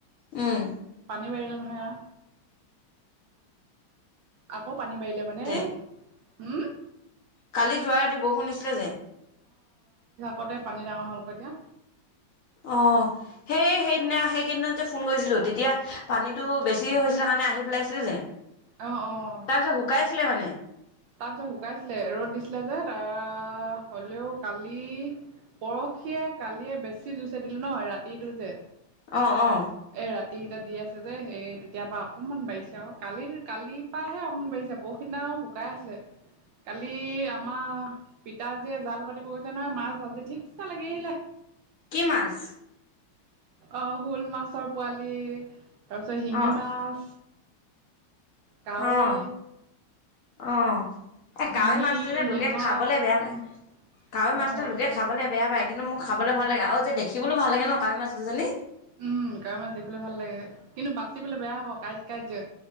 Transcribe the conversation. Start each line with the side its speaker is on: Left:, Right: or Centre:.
Left: উম,
Right: পানী বাঢ়িলে নহয় এয়া। আকৌ পানী বাৰিলে মানে,
Left: যে
Right: হুম?
Left: কালি যোৱা ৰাতি বৰষুণ দিছিলে যে।
Right: কতে পানী ডাঙৰ হ'ল ক এতিয়া।
Left: অ সেই সেইদিনা সেইকেইদিনত যে ফোন কৰিছিলো তেতিয়া পানীটো বেছি হৈছিলে কাৰ নে আহি পেলাইছিলে যে,
Right: অঁ অঁ
Left: তাৰপিছত শুকাইছিলে মানে।
Right: তাৰপিছত শুকাইছিলে, ৰ'দ দিছিলে যে তাৰ হলেও কালি পৰখিয়ে কালিয়ে বেছি যুঁচে দিলো নহ ৰাতিটো যে।
Left: অ অ।
Right: এ ৰাতিকেইটা দি আছে যে সে তেতিয়াপৰা অকনমান বাইছে আৰু কালিৰ কালিৰ পৰাহে অকমান বাই ছে পৰখি দিনা শুকাই আছিলে। কালি আমাৰ পিতাজীয়ে জাল পাতিব গৈছে নহয় মাছ আজি ঠিকচা লাগি আহিলে।
Left: কি মাছ?
Right: অ শল মাছ পোৱালি তাৰপিছত শিঙি
Left: অ',
Right: মাছ কাৱৈ
Left: অ', অ। এই
Right: শিঙি
Left: কাৱৈ মাছটো যে লোকে
Right: শিঙৰা
Left: খাবলে বেয়া
Right: উম।
Left: পায়, কাৱৈ
Right: অ
Left: মাছটো লোকে
Right: সেইবোৰ
Left: খাবলে বেয়া পায়। কিন্তু মোক খাবলৈ ভাল লাগে আৰু যে দেখিবলৈও ভাল লাগে ন কাৱৈ মাছ দুজনী।
Right: উম কাৱৈ মাছ দেখিবলে ভাল লাগে কিন্তু বাচিবলে বেয়া আকৌ কাঁইট কাঁইট যে।